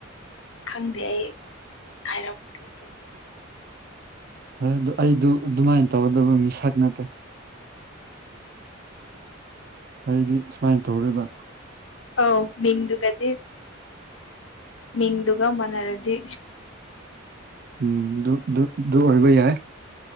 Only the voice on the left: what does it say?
ꯈꯪꯗꯦ ꯑꯩ ꯍꯥꯏꯔꯛꯄꯗꯤ ꯂꯣꯏꯔꯦ
ꯑꯧ ꯃꯤꯡꯗꯨꯒꯗꯤꯗ ꯃꯤꯡꯗꯨꯒ ꯃꯥꯟꯅꯔꯗꯤ